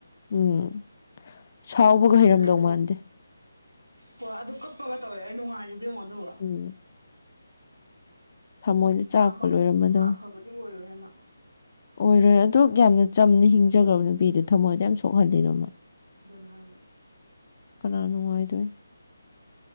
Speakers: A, on the left; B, on the right.
A: ꯎꯝ ꯁꯥꯎꯕꯒ ꯍꯩꯔꯝꯗꯧ
B: ꯑꯗꯨꯕꯨ
A: ꯃꯥꯟꯗꯦ
B: ꯀꯣ ꯑꯗꯨ ꯀꯞꯄꯒ ꯇꯧꯔꯛꯑꯦ ꯅꯨꯡꯉꯥꯏꯔꯤꯕ ꯌꯦꯡꯉꯣ ꯑꯗꯨꯕꯣ
A: ꯎꯝ ꯊꯃꯣꯏꯗ ꯆꯥꯛꯄ
B: ꯃꯥ ꯃꯄꯨꯟꯁꯤꯗ
A: ꯂꯣꯏꯔꯝꯃꯗꯧ
B: ꯃꯥ ꯑꯐꯕꯗꯤ ꯑꯣꯏꯔꯣꯏꯍꯦ ꯃꯥ
A: ꯑꯣꯏꯔꯣꯏ ꯑꯗꯨꯛ ꯌꯥꯝꯅ ꯆꯝꯅ ꯍꯤꯡꯖꯒ꯭ꯔꯕ ꯅꯨꯄꯤꯗꯣ ꯊꯝꯃꯣꯏ ꯑꯗꯨꯌꯥꯝ ꯁꯣꯛꯍꯜꯂꯤꯗꯣ ꯃꯥ
B: ꯑꯗꯨꯅꯦ ꯍꯥꯏꯖꯦ
A: ꯀꯅꯥ ꯅꯨꯡꯉꯥꯏꯗꯣꯏꯅꯣ